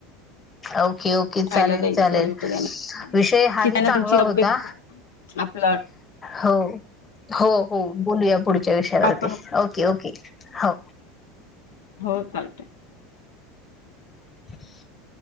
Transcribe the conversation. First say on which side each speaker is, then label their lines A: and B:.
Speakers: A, on the left (about 20°); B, on the left (about 90°).
A: ओके ओके
B: खायला
A: चालेल
B: द्यायचं
A: चालेल
B: सगळं होतं त्याने
A: विषय हाही
B: की त्यांना
A: चांगला
B: त्यांची तब्येत
A: होता
B: आपला
A: हो हो हो बोलूया पुढच्या विषयावरती
B: आपण
A: ओके ओके हो
B: हो चालतंय.
A: <inaudible>